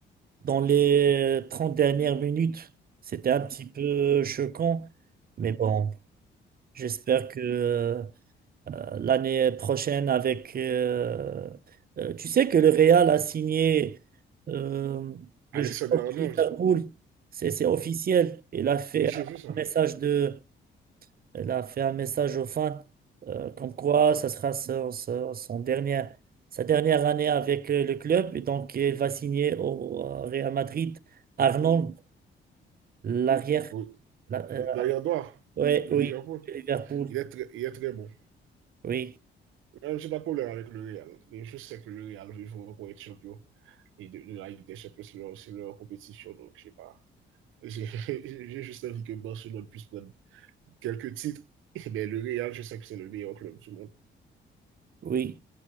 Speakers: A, on the right (about 50°); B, on the right (about 85°).
A: dans les euh, 30 dernières minutes. C'était un petit peu euh, choquant, mais bon, j'espère que euh, euh, l'année prochaine avec... euh, euh, tu sais que le Real a signé euh, le
B: Alexander
A: joueur
B: Arnold.
A: Liverpool, c'est c'est officiel. Il a fait
B: Oui, j'ai vu ça.
A: un message de elle a fait un message aux fans euh, comme quoi ça sera son, son- son dernier, sa dernière année avec euh, le club. Et donc, elle va signer au euh, Real Madrid. Arnold, l'arrière.
B: Oui.
A: la- euh,
B: L'arrière droit
A: ouais,
B: de
A: oui,
B: Liverpool.
A: Liverpool.
B: Il est, très, il est très bon.
A: Oui,
B: Même, j'ai pas de problème avec le Real. Mais je sais que le Real, il faut encore être champion. Et de, de la Ligue des Champions, c'est leur, c'est leur compétition. Donc, je sais pas. J'ai- <laughs> J'ai juste envie que Barcelone puisse prendre quelques titres. Mais le Real, je sais que c'est le meilleur club du monde.
A: oui,